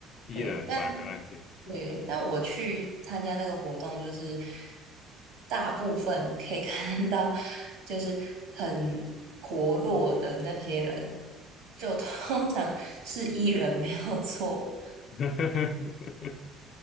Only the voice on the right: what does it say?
对，但对，但我去参加那个活动，就是大部分可以 <laughs> 看到，就是很活络的那些人，就通常是 E 人没有错。